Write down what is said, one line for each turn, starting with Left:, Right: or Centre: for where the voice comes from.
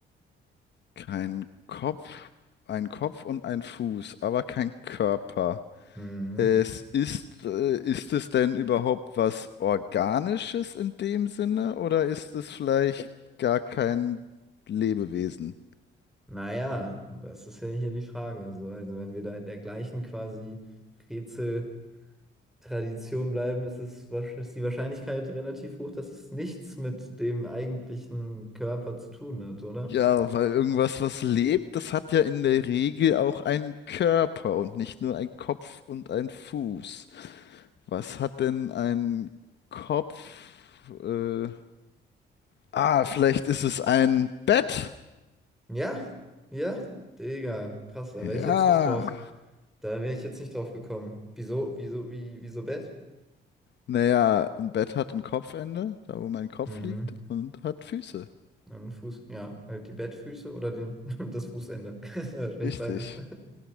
Left: Kein Kopf, ein Kopf und ein Fuß, aber kein Körper.
Centre: Hm.
Left: Es ist, äh, ist es denn überhaupt was Organisches in dem Sinne oder ist es vielleicht gar kein Lebewesen?
Centre: Naja, das ist ja hier die Frage, so. Also, wenn wir da in der gleichen quasi Rätsel. Tradition bleiben, ist es, wahrsch- ist die Wahrscheinlichkeit relativ hoch, dass es nichts mit dem eigentlichen Körper zu tun hat, oder?
Left: Ja, weil irgendwas, was lebt, das hat ja in der Regel auch einen Körper und nicht nur einen Kopf und einen Fuß. Was hat denn ein Kopf? Äh, ah, vielleicht ist es ein Bett.
Centre: Ja, ja, Digga, krass, da
Left: Ja.
Centre: wäre ich jetzt nicht drauf. Da wäre ich jetzt nicht drauf gekommen. Wieso, wieso, wie, wieso Bett?
Left: Naja, ein Bett hat ein Kopfende, da wo mein Kopf
Centre: Hm,
Left: liegt, und hat Füße.
Centre: ein Fuß, ja, halt die Bettfüße oder den, <laughs> das Fußende. <laughs> Wahrscheinlich
Left: Richtig.
Centre: beides.